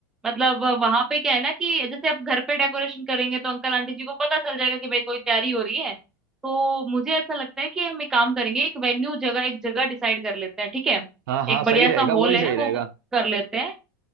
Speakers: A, in the centre; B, on the right (about 80°).
A: मतलब वहां पे क्या है ना कि जैसे आप घर पे डेकोरेशन करेंगे तो अंकल आंटी जी को पता चल जाएगा कि भाई कोई तैयारी हो रही है तो मुझे ऐसा लगता है कि हम एक काम करेंगे एक वेन्यू जगह एक जगह डिसाइड कर लेते हैं ठीक है
B: हाँ हाँ
A: एक
B: सही
A: बढ़िया
B: रहेगा
A: सा हॉल
B: वही
A: है
B: सही रहेगा
A: वो बुक कर लेते हैं